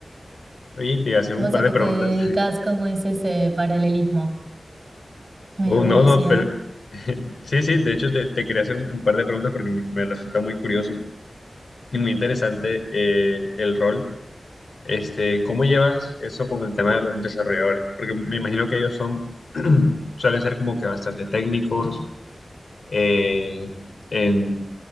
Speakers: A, on the left; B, on the right.
A: Oye, te iba a hacer
B: ¿Vos
A: un par
B: a
A: de
B: qué
A: preguntas.
B: te dedicas?
A: <laughs>
B: ¿Cómo es ese paralelismo? Me
A: Oh,
B: dio curiosidad.
A: no, no, pero <laughs> sí, sí, de hecho te, te quería hacer un, un par de preguntas porque me resulta muy curioso y muy interesante eh, el rol. Este, ¿cómo llevas eso con el tema de los desarrolladores? Porque me imagino que ellos son, <clears throat> suelen ser como que bastante técnicos eh, en,